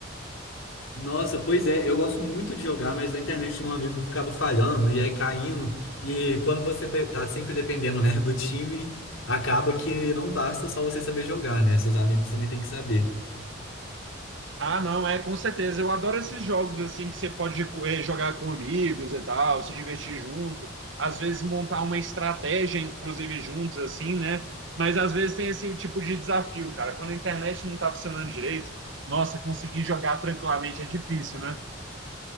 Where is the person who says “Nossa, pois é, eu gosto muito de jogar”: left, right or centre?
Left